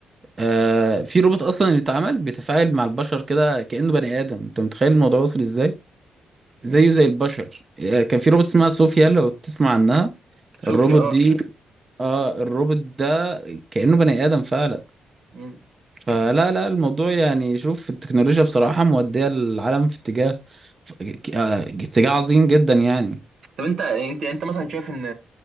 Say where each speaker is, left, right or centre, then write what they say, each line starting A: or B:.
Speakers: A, on the right (about 30°); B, on the right (about 65°).
A: آه في روبوت اصلا اللي اتعمل بيتفاعل مع البشر كده كأنه بني ادم انت متخيل الموضوع وصل ازاي
B: مم.
A: زيه زي البشر آه كان في روبوت اسمها صوفيا لو تسمع عنها
B: صوفيا
A: الروبوت
B: اه
A: دي اه الروبوت ده كأنه بني ادم فعلا
B: مم.
A: فلا لا الموضوع يعني شوف التكنولوجيا بصراحة مودية العالم في اتجاه ف- ك- آه، اتجاه عظيم جدا يعني
B: طب انت انت يعني انت مثلا شايف ان